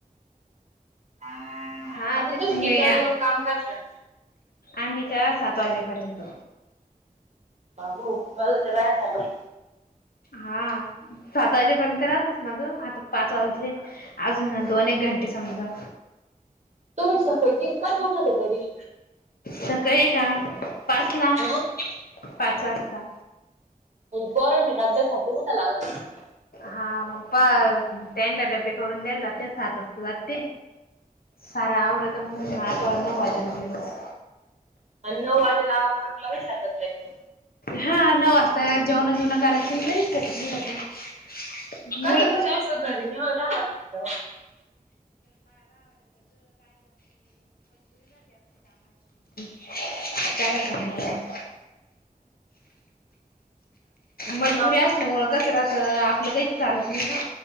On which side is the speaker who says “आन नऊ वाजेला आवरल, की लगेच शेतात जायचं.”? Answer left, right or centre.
Right